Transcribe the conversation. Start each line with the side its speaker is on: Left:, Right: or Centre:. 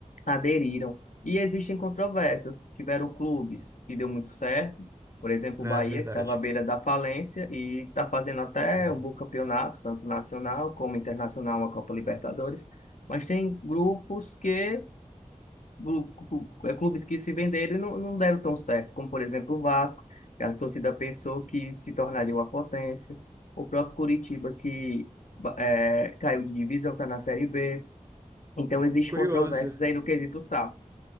Left: aderiram. E existem controvérsias. Tiveram clubes que deu muito certo, por exemplo,
Right: É,
Left: o Bahia,
Right: verdade.
Left: que estava à beira da falência e está fazendo até
Right: Uhum.
Left: um bom campeonato, tanto nacional como internacional, uma Copa Libertadores. Mas tem grupos que clu- clu- é, clubes que se venderam e não, não deram tão certo, como por exemplo o Vasco, que a torcida pensou que se tornaria uma potência, o próprio Curitiba, que ba- é, caiu de divisão, está na Série B. Então, existe
Right: Curioso.
Left: controvérsias aí no quesito SAF.